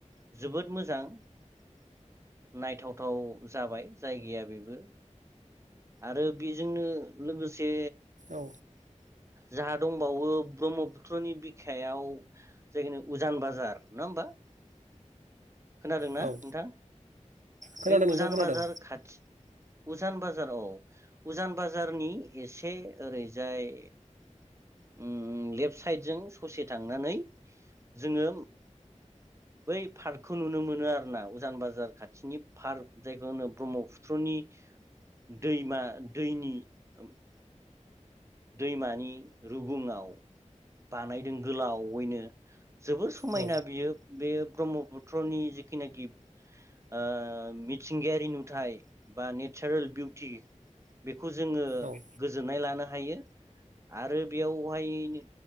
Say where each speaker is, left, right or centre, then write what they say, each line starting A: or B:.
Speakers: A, on the right; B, on the right.
A: जोबोद मोजां नायथावथाव जाबाय जायगाया बेबो आरो बेजोंनो लोगोस से
B: औ
A: जा दंबावो ब्रह्म पुत्रनि बिखायाव जायखिनि उजान बाजार। नङा होमबा? खोनादों ना
B: औ औ
A: नोंथां?
B: खोनादों
A: बे उजान
B: नोंथां खोनादों
A: बाजार खाथि उजान बाजाराव उजान बा जारनि एसे ओरैजाय उम लेफ्ट साइद जों ससे थांनानै जोङो बै फार्कखौ नुनो मोनो आरोना उजान बाजार खाथिनि फार्क जायखौ होनो ब्रह्मपुत्रनि दैमा दैनि ओम दैमानि रुगुङाव बानायदों गोलावयैनो जोबोर समायना
B: औ
A: बियो बे ब्रह्मपुत्रनि जिखिनाखि ओ मिथिंगायारि नुथाइ बा नेचारेल बिउटि बेखौ जोङो
B: औ उम
A: गोजोननाय लानो हायो आरो बेयावहाय